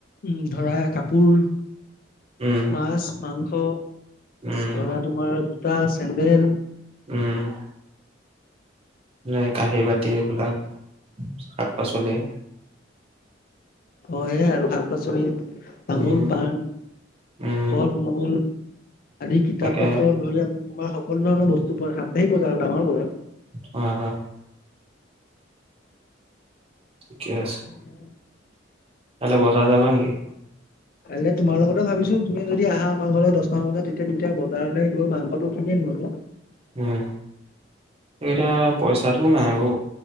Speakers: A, on the left; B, on the right.
A: উম ধৰা কাপোৰ
B: উম
A: মাছ মাংস
B: উম
A: ধৰা তোমাৰ জোতা চেন্দেল
B: উম নাই কাঁহী বাতি এইবিলাক শাক-পাচলি।
A: হয়য়ে আৰু শাক পাচলি তামোল
B: উম
A: পাণ।
B: উম
A: ফল মূল আদি কিতাপ
B: তাকে
A: পত্ৰ ধৰি <unintelligible> তোমাৰ সকলো ধৰণৰ বস্তু পোৱা সাপ্তাহিক বজাৰ আৰু ডাঙৰ বজাত।
B: হয় হয়। ঠিকে
A: <inaudible>
B: আছে কাইলৈ বজাৰ যাবা নেকি?
A: কাইলৈ তোমাৰ লগতে ভাবিছো তুমি যদি আহা আমাৰ ঘৰত দচটামান বজাত তেতিয়া দুটা বজাৰলৈ গৈ মাংসটো কিনি আনি। ব <inaudible>
B: উম এইটা পইচাটো নাই ও।